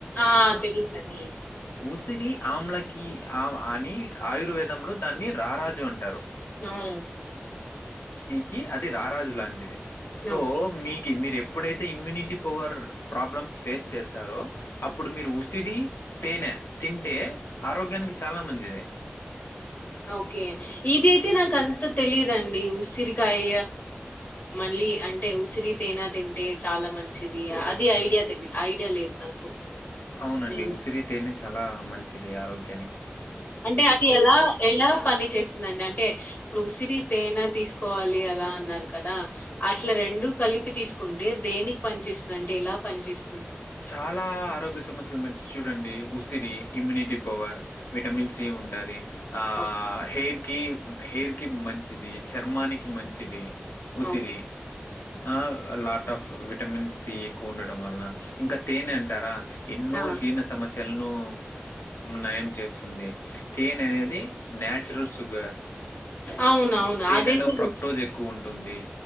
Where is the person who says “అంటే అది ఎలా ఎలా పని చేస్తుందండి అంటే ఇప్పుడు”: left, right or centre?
Left